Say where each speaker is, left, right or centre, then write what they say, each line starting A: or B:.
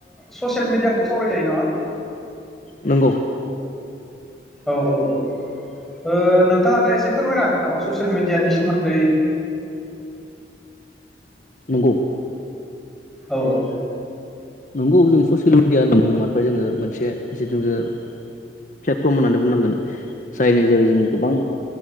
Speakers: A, in the centre; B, on the left.
A: ससियेल मिडियाखौ सावरायजायो नामा!
B: नोंगौ।
A: औ औ औ ओ नोंथाङा दा एसे फोरमायनो हागोन नामा ससियेल मिडियानि सोमोन्दै।
B: नोंगौ।
A: औ औ।
B: नंगौ जों ससियेल मिडिया होनना बुङोबाथाय जोङो मोनसे जिथु प्लेटफर्म होननानै बुंनांगोन जायनि जेरै जों गोबां